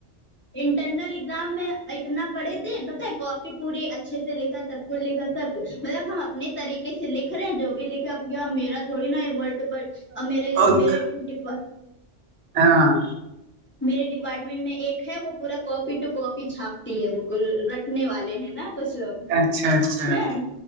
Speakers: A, on the left; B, on the right.
A: انٹرنل ایگزام میں اتنا پڑھے تھے پتا ہے کاپی پوری اچھے سے لکھا سب کچھ لکھا سب مطلب ہم اپنے طریقے سے لکھ رہے ہیں جو بھی لکھے میرا تھوڑی نا ورڈ ٹو ورڈ اور میرے
B: ان
A: میرے ڈپ
B: ہاں
A: میرے ڈپارٹمنٹ میں ایک ہے وہ پورا کاپی ٹو کوپی چھاپتی ہے بالکل رٹنے والے ہیں نا کچھ لوگ
B: اچھا اچھا
A: ہاں